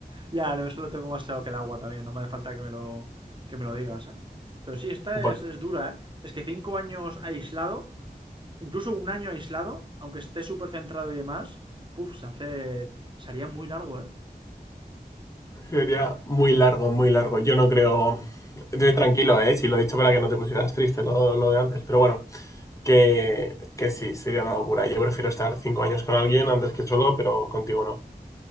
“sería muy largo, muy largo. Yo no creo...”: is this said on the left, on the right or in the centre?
Left